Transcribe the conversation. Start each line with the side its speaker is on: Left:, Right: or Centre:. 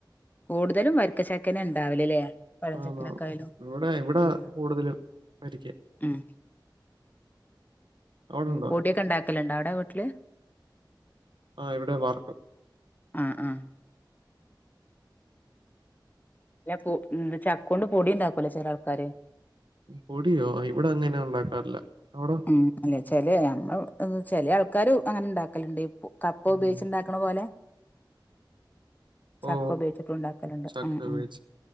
Left: കൂടുതലും വരിക്ക ചക്കയന്നാ ഉണ്ടാവലല്ലേ പഴഞ്ചക്കനക്കായാലും
Right: ആണോ ഇവിടെ ഇവിടെ
Left: ഉം
Right: കൂടുതലും വരിക്കയാ
Left: ഉം
Right: അവിടുണ്ടോ
Left: പൊടിയൊക്കെ ഉണ്ടാക്കലുണ്ടോ അവിടെ വീട്ടില്
Right: ആഹ് ഇവിടെ വർക്ക്
Left: ആഹ് ആഹ് ഞാ പോ ചക്ക കൊണ്ട് പൊടി ഉണ്ടാക്കൂലോ ചില ആൾക്കാര്
Right: പൊടിയോ ഇവിടെ അങ്ങനെ ഉണ്ടാക്കാറില്ല അവിടൊ
Left: ഉം അല്ലെ ചെ നമ്മ ചില ആൾക്കാര് അങ്ങനെ ഉണ്ടാക്കലുണ്ട് ഈ കപ്പ
Right: ഉം
Left: ഉപയോഗിച്ചുണ്ടാ ക്കണ പോലെ ചക്ക
Right: ഓ
Left: ഉപയോഗിച്ചിട്ട് ഉണ്ടാക്കലുണ്ട്
Right: ചക്ക
Left: ഉം
Right: ഉപയോഗിച്ച്
Left: ഉം